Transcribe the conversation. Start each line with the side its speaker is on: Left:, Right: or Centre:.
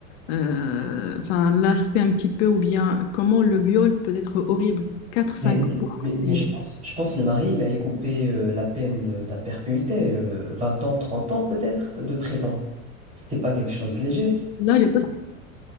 Left: euh, enfin, l'aspect un petit peu, ou bien comment le viol peut être horrible. Quatre cinq
Right: Mais, mais,
Left: ans, pour moi,
Right: mais, mais
Left: c'est...
Right: je pense, je pense le mari, il a écopé euh, la peine euh, d'imperpétuité, euh, 20 ans, 30 ans peut-être de prison. C'était pas quelque chose de léger.
Left: Là, j'ai pas...